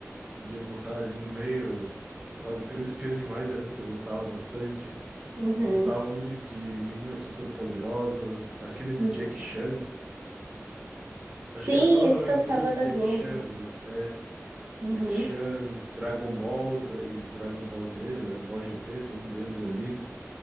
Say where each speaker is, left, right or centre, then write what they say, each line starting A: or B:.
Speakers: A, on the right; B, on the right.
A: Podia botar ali no meio. Olha, Três Espiãs Demais era um que eu gostava bastante.
B: Uhum.
A: Gostava muito de Meninas Superpoderosas, aquele do
B: Uhum.
A: Jack Chan. Acho
B: Sim,
A: que era só as
B: esse
A: aventuras
B: passava na
A: de Jackie
B: Globo.
A: Chan, né? É, É,
B: Uhum.
A: Jackie Chan, Dragon Ball Dra- e Dragon Ball Z, Dragon Ball GT, todos eles ali.